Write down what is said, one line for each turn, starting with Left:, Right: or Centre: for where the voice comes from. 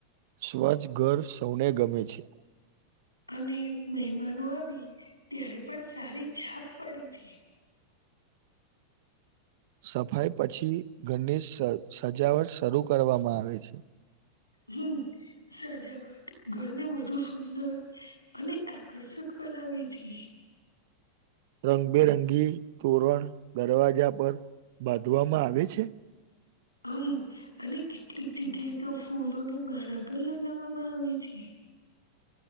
Right: સ્વ્છ ઘર સૌને ગમે છે.
Left: અને મહેમાનો આવી ત્યારે પણ સારી છાપ પડે છે.
Right: સફાઈ પછી ઘરની સજાવટ શરૂ કરવામાં આવે છે.
Left: હમ સજાવટ ઘરને વધુ સુંદર અને આકર્ષક બનાવે છે.
Right: રંગબેરંગી તોરણ દરવાજા પર બાંધવામાં આવે છે.
Left: હમ અને કેટલીક જગ્યાએ તો ફૂલોની માળા પણ લગાવામાં આવે છે.